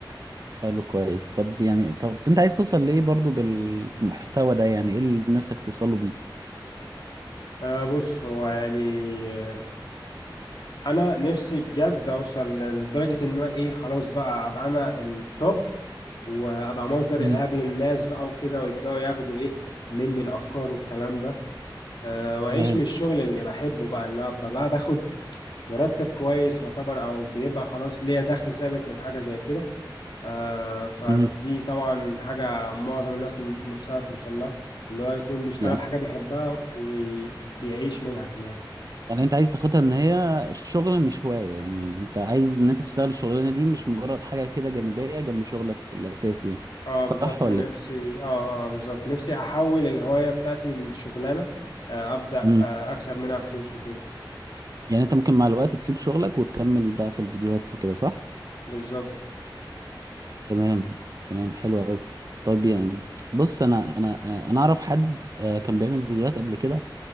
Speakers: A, on the right; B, on the left.
A: حلو كويس طب يعني طب انت عايز توصل لايه برضو بالمحتوى ده يعني ايه اللي نفسك توصله بيه
B: أه بص هو يعني آه، انا نفسي بجد اوصل لدرجة ان هو ايه خلاص بقى ابقى انا التوب وابقى مصدر
A: مم.
B: الهام للناس بقى وكده ويبدأوا ياخدوا ايه مني الافكار والكلام ده أه واعيش
A: تمام
B: من الشغل اللي بحبه بقى اللي هو ابقى بقى باخد مرتب كويس يعتبر او بيبقى خلاص ليا دخل ثابت من حاجه زي كده آه، فدي
A: مم.
B: طبعا حاجه معظم الناس م- نفسها توصل لها اللي هو يكون بيشتغل
A: يعني
B: حاجه بيحبها وبيعيش منها كمان
A: يعني انت عايز تاخدها ان هي الشغل مش هواية يعني انت عايز ان انت تشتغل الشغلانة دي مش مجرد حاجة كده جانبية جنب شغلك الاساسي يعني
B: اه
A: صح
B: بالظبط
A: ولا
B: نفسي
A: ايه؟
B: اه اه بالظبط نفسي احول الهوايه بتاعتي لشغلانه آه، ابدا
A: مم.
B: آه، اكسب منها فلوس وكده
A: يعني انت ممكن مع الوقت تسيب شغلك وتكمل بقى في الفيديوهات وكده صح
B: بالظبط
A: تمام تمام حلو قوي طيب يعني بص انا انا انا اعرف حد آه، كان بيعمل فيديوهات قبل كده